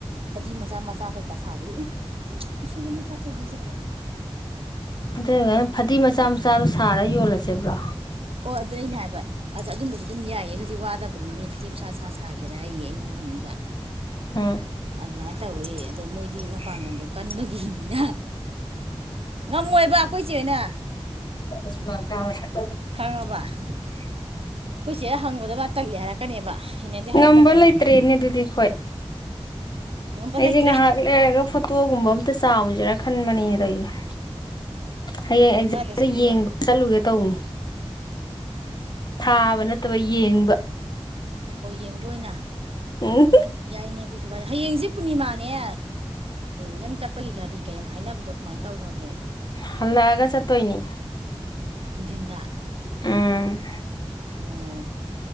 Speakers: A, on the right; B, on the left.
A: ꯐꯗꯤ ꯃꯆꯥ ꯃꯆꯥ ꯀꯩꯀꯥ ꯁꯥꯕꯒꯤ ꯑꯝ ꯅꯨꯡꯁꯤꯕꯅꯤ ꯏꯆꯥ ꯊꯣꯏꯕꯤꯁꯦ
B: ꯑꯗꯨꯑꯣꯏꯒꯅ ꯐꯗꯤ ꯃꯆꯥ ꯃꯆꯥꯗꯣ ꯁꯥꯔꯒ ꯌꯣꯜꯂꯁꯦꯕ꯭ꯔꯣ
A: ꯑꯣ ꯑꯗꯨ ꯑꯩꯅ ꯍꯥꯏꯕ ꯑ ꯑꯗꯨꯝꯕꯁꯨ ꯑꯗꯨꯝ ꯌꯥꯏꯌꯦ ꯑꯗꯨꯗꯤ ꯋꯥꯗꯕꯅꯤꯅꯦ ꯥꯁꯥ ꯁꯥ ꯁꯥꯒꯦꯔꯥꯌꯦ ꯑꯩꯉꯣꯟꯗ ꯍꯪꯉꯤꯕ
B: ꯎꯝ
A: ꯑꯗꯨꯃꯥꯏꯅ ꯇꯧꯋꯦ ꯑꯗꯣ ꯃꯣꯏꯗꯤ ꯃꯄꯥꯡꯒꯜꯗꯣ ꯀꯟꯕꯒꯤꯅꯤꯅ ꯉꯝꯃꯣꯏꯕ ꯑꯩꯈꯣꯏ ꯆꯦꯍꯣꯏꯅ
B: <unintelligible>
A: ꯈꯪꯉꯕ ꯑꯩꯈꯣꯏ ꯆꯦꯗ ꯍꯪꯕꯗ ꯃ ꯇꯜꯂꯦ ꯍꯥꯏꯔꯛꯀꯅꯦꯕ ꯍꯩꯅꯗꯦ ꯍꯥꯏꯔꯛꯀꯅꯦꯕ
B: ꯉꯪꯝꯕꯂꯩꯇꯔꯦꯅꯦ ꯑꯗꯨꯗꯤ ꯑꯩꯈꯣꯏ
A: ꯉꯝꯕ
B: ꯑꯩꯁꯦ
A: ꯂꯩꯇ꯭ꯔꯦ
B: ꯉꯩꯍꯥꯛ ꯂꯩꯔꯒ ꯐꯣꯇꯣꯒꯨꯝꯕ ꯑꯝꯇ ꯆꯥꯎꯃꯨꯁꯤꯔ ꯈꯟꯕꯅꯤꯅꯦ ꯇꯧꯋꯤꯁꯦ ꯍꯌꯦꯡ ꯑꯦꯛꯖꯥꯝꯗꯣ
A: ꯀꯥꯏꯗ ꯆꯠꯂꯤꯕ
B: ꯌꯦꯡꯕ ꯆꯠꯂꯨꯒꯦ ꯇꯧꯅꯤ ꯊꯥꯕ ꯅꯠꯇꯕ ꯌꯦꯡꯕ
A: ꯑꯣ ꯌꯦꯡꯕ ꯑꯣꯏꯅ
B: ꯎꯝ
A: ꯌꯥꯏꯅꯦ ꯀꯩꯁꯨ ꯀꯥꯏꯗꯦ ꯍꯌꯦꯡꯁꯦ ꯄꯨꯔꯅꯤꯃꯥꯅꯦ ꯑ ꯅꯪ ꯆꯠꯄꯒꯤ ꯒꯥꯔꯤ ꯀꯥ ꯌꯥꯝ ꯍꯥꯏꯅꯕꯗꯣ ꯀꯃꯥꯏꯅ ꯇꯧꯈ꯭ꯔꯒꯦ
B: ꯍꯜꯂꯑꯒꯥ ꯆꯠ ꯇꯣꯏꯅꯤ
A: ꯅꯨꯡꯊꯤꯟꯗ
B: ꯎꯝ
A: ꯑꯣ